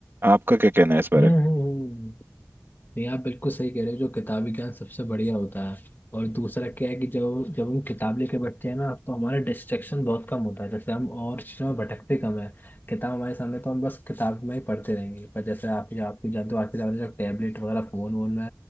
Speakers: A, on the right; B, on the left.
A: आपका क्या कहना है इस बारे
B: हम्म
A: में
B: हम्म। नहीं आप बिल्कुल सही कह रहे हो जो किताबी ज्ञान सबसे बढ़िया होता है और दूसरा क्या है कि जब जब हम किताब लेके बैठते हैं ना तो हमारा डिस्ट्रैक्शन बहुत कम होता है जैसे हम और चीज़ों में भटकते कम है किताब हमारे सामने तो हम बस किताब में ही पढ़ते रहेंगे पर जैसे आप आप भी जानते हो आज के ज़माने में टैबलेट वगैरह फ़ोन वोन में